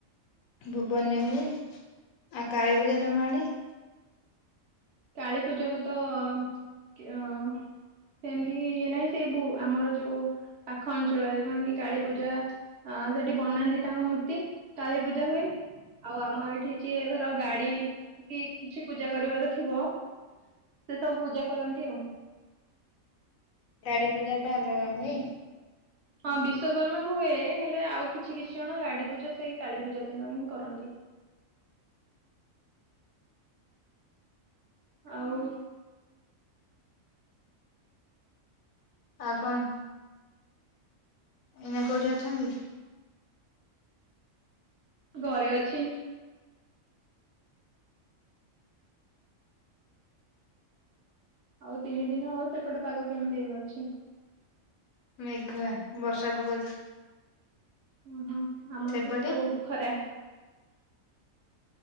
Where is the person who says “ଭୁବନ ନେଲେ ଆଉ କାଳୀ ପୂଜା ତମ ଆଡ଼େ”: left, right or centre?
Left